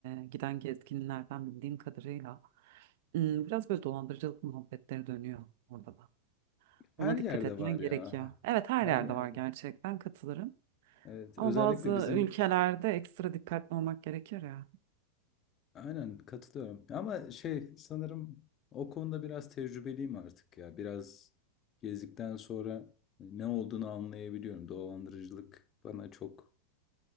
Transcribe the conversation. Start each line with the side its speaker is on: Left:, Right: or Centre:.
Right: e, giden gezginlerden bildiğim kadarıyla hmm, biraz böyle dolandırıcılık muhabbetleri dönüyor orada da.
Left: Her
Right: Ona
Left: yerde
Right: dikkat etmen
Left: var
Right: gerekiyor.
Left: ya.
Right: Evet her
Left: Her
Right: yerde
Left: yerde.
Right: var gerçekten katılırım.
Left: Evet, özellikle
Right: Ama bazı
Left: bizim
Right: ülkelerde ekstra dikkatli olmak gerekir ya.
Left: Aynen katılıyorum. Ama şey sanırım o konuda biraz tecrübeliyim artık ya. Biraz gezdikten sonra hani, ne olduğunu anlayabiliyorum. Dolandırıcılık bana çok...